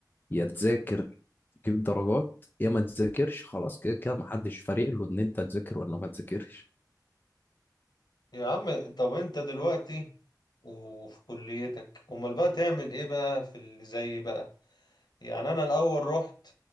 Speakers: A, on the left (about 25°); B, on the left (about 70°).
A: يا تذاكر تجيب درجات يا ما تذاكرش خلاص كده كده ما حدش فارق له ان انت تذاكر ولا ما تذاكرش
B: يا عم طب انت دلوقتي وفي كليتك امال بقى تعمل ايه بقى في اللي زي بقى يعني انا الاول رحت